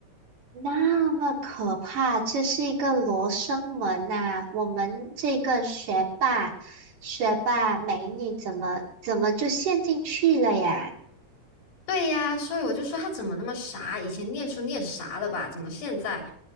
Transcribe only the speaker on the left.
对呀，所以我就说他怎么那么傻？以前念书念傻了吧？怎么现在，